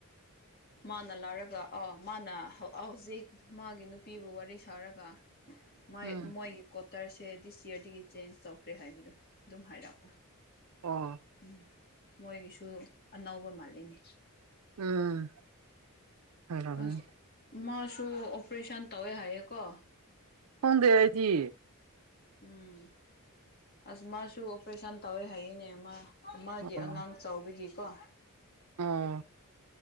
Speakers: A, on the left; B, on the right.
A: ꯃꯥꯅ ꯂꯥꯛꯔꯒ ꯑ ꯃꯥꯅ ꯍꯧꯖꯤꯛ ꯃꯥꯒꯤ ꯅꯨꯄꯤꯕꯨ ꯋꯥꯔꯤ ꯁꯥꯔꯒ ꯃꯥꯏ
B: ꯎꯝ
A: ꯃꯣꯏꯒꯤ ꯀꯣꯇꯔꯁꯦ ꯗꯤꯁ ꯌꯔꯗꯒꯤ ꯆꯦꯟꯖ ꯇꯧꯈ꯭ꯔꯦ ꯍꯥꯏꯕꯗꯣ ꯑꯗꯨꯝ ꯍꯥꯏꯔꯛꯄ
B: ꯑꯥ
A: ꯎꯝ ꯃꯣꯏꯒꯤꯁꯨ ꯑꯅꯧꯕ ꯃꯥꯜꯂꯤꯅꯤ
B: ꯎꯝ ꯑꯣꯏꯔꯝꯅꯤ
A: ꯑꯁ ꯃꯥꯁꯨ ꯑꯣꯄ꯭ꯔꯦꯁꯟ ꯇꯧꯋꯦ ꯍꯥꯏꯌꯦꯀꯣ
B: ꯈꯣꯡꯗꯦ ꯑꯩꯗꯤ
A: ꯎꯝ ꯑꯁ ꯃꯥꯁꯨ ꯑꯣꯄ꯭ꯔꯦꯁꯟ ꯇꯧꯋꯦ ꯍꯥꯏꯌꯦꯅꯦ ꯃꯥ ꯑꯃꯒꯤ
B: ꯑꯣ
A: ꯑꯉꯥꯡ ꯆꯥꯎꯕꯤꯒꯤꯀꯣ
B: ꯑꯣ